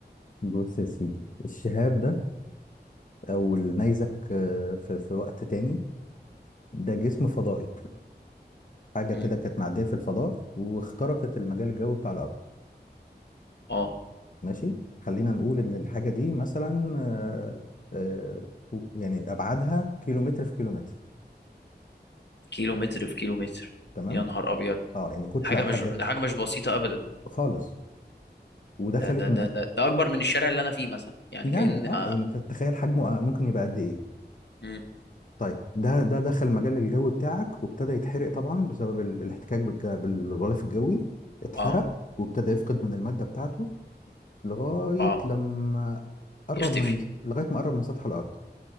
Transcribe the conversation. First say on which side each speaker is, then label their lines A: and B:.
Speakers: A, on the left (about 50°); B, on the left (about 75°).
A: بص يا سيدي الشهاب ده او النيزك آه، في في وقت تاني ده جسم فضائي حاجة
B: امم
A: كده كانت معدية في الفضاء واخترقت المجال الجوي بتاع الارض
B: اه
A: ماشي خلينا نقول ان الحاجه دي مثلا آه، آه، يعني ابعادها كيلومتر في كيلومتر
B: كيلو متر في كيلو متر
A: تمام
B: يا نهار ابيض
A: اه يعني كتله
B: ده حاجه
A: حاجه
B: مش ده حاجه مش بسيطه ابدا
A: خالص ودخلت
B: ده ده
A: من
B: ده ده, ده اكبر من الشارع اللي انا فيه مثلا يعني
A: يعني
B: كأن
A: اه
B: اه
A: يعني انت تتخيل حجمه آه، ممكن يبقى قد ايه
B: مم.
A: طيب ده ده دخل مجال الجو بتاعك وابتدى يتحرق طبعا بسبب ال- الاحتكاك بالج- بالغلاف الجوي اتحرق
B: اه
A: وابتدى يفقد من الماده بتاعته لغايه
B: آه،
A: لما قرب
B: يختفي
A: من لغايه ما قرب من سطح الارض